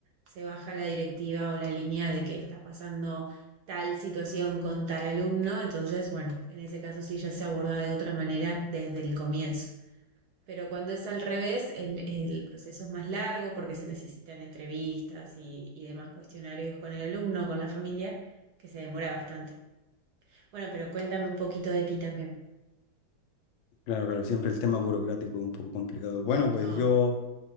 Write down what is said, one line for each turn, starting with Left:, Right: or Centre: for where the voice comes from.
Right: se baja la directiva o la línea de que está pasando tal situación con tal alumno. Entonces, bueno, en ese caso sí ya se aborda de otra manera desde el comienzo. Pero cuando es al revés, el, el proceso es más largo porque se necesitan entrevistas y, y demás cuestionarios con el alumno, con la familia, que se demora bastante. Bueno, pero cuéntame un poquito de ti también.
Left: Claro, claro, siempre el tema burocrático es un poco complicado. Bueno, pues
Right: No,
Left: yo...